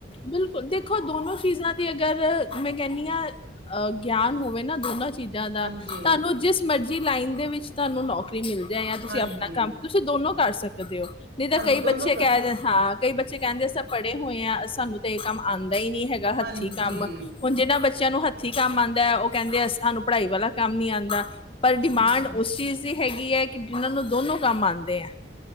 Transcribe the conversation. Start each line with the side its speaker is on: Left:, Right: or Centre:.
Left: ਬਿਲਕੁੱਲ, ਦੇਖੋ ਦੋਨੋ ਚੀਜ਼ਾਂ ਦੀ ਅਗਰ ਮੈਂ ਕਹਿੰਦੀ ਹਾਂ, ਅਹ ਗਿਆਨ ਹੋਵੇ ਨਾ ਦੋਨਾਂ ਚੀਜ਼ਾਂ ਦਾ,
Right: ਹਾਂਜੀ
Left: ਤੁਹਾਨੂੰ ਜਿਸ ਮਰਜ਼ੀ ਲਾਈਨ ਦੇ ਵਿੱਚ ਤੁਹਾਨੂੰ ਨੌਕਰੀ ਮਿਲ ਜਾਏ ਜਾਂ ਤੁਸੀਂ
Right: ਹਾਂਜੀ
Left: ਆਪਣਾ ਕੰਮ, ਤੁਸੀਂ ਦੋਨੋ ਕਰ ਸਕਦੇ ਹੋ। ਨਹੀਂ ਤਾਂ
Right: ਹਾਂਜੀ
Left: ਕਈ ਬੱਚੇ
Right: ਦੋਨੋ ਕਰ
Left: ਕਹਿ
Right: ਸਕਦੇ
Left: ਹਾਂ ਕਈ ਬੱਚੇ ਕਹਿੰਦੇ, ਅਸੀਂ ਪੜ੍ਹੇ ਹੋਏ ਹਾਂ, ਸਾਨੂੰ ਤੇ ਇਹ ਕੰਮ ਆਉਂਦਾ ਹੀ ਨਹੀਂ ਹੈਗਾ
Right: ਹਾਂਜੀ
Left: ਹੱਥੀ ਕੰਮ, ਹੁਣ ਜਿਹਨਾਂ ਬੱਚਿਆਂ ਨੂੰ ਹੱਥੀ ਕੰਮ ਆਉਂਦਾ ਹੈ ਉਹ ਕਹਿੰਦੇ ਆ, ਸਾਨੂੰ ਪੜ੍ਹਾਈ ਵਾਲਾ ਕੰਮ ਨਹੀਂ ਆਉਂਦਾ। ਪਰ ਡਿਮਾਂਡ
Right: ਹਮ
Left: ਉਸ ਚੀਜ਼ ਹੈਗੀ ਹੈ ਕਿ, ਜਿਨਾਂ ਨੂੰ ਦੋਨੋ ਕੰਮ ਆਉਂਦੇ ਆ।